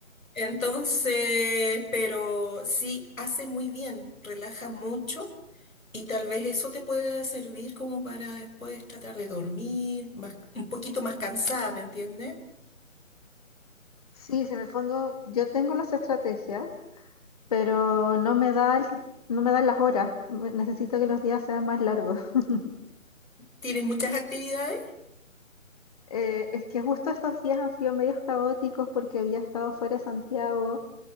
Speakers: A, on the left; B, on the left.
A: Entonces, pero sí, hace muy bien, relaja mucho y tal vez eso te puede servir como para después tratar de dormir más, un poquito más cansada, ¿me entiendes?
B: Sí, si en el fondo yo tengo las estrategias, pero no me da el- no me dan las horas. Me- Necesito que los días sean más largos. <laughs>
A: ¿Tienes muchas actividades?
B: Eh, es que justo estos días han sido medios caóticos porque había estado fuera de Santiago,